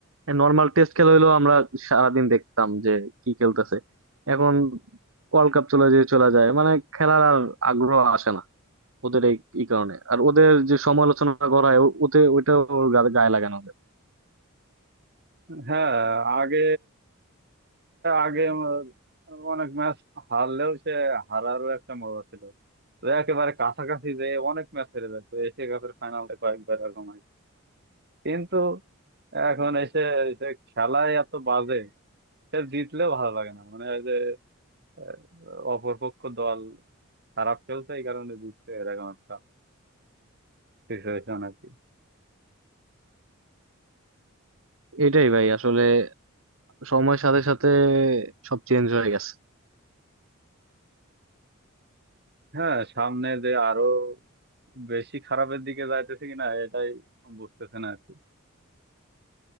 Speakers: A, on the right; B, on the right.
A: নর্মাল টেস্ট খেলা হইলেও আমরা সারাদিন দেখতাম যে কি খেলতেছে এখন ওয়ার্ল্ড কাপ চলে যেয়ে চলে যায় মানে খেলার আর আগ্রহ আসে না ওদের এই এই কারণে আর ওদের যে সমালোচনা করা হয় ও- ওতে ওইটা ওর গা- গায়ে লাগানো যায়
B: হ্যাঁ আগে আগে অনেক ম্যাচ হারলেও সে হারারও একটা মজা ছিল তো একেবারে কাছাকাছি যে অনেক ম্যাচ হেরে যায় তো এশিয়া কাপের ফাইনালে কয়েকবার এরকম হয় কিন্তু এখন এসে এসে খেলায় এত বাজে সে জিতলেও ভালো লাগে না মানে ওই যে আহ, অপরপক্ষ দল খারাপ খেলছে এই কারণে জিতছে এরকম একটা সিচুয়েশন আর কি
A: এটাই ভাই আসলে সময়ের সাথে সাথে সব চেঞ্জ হয়ে গেছে
B: হ্যাঁ সামনে যে আরো বেশি খারাপের দিকে যাইতেছে কিনা এটাই বুঝতেছে না আর কি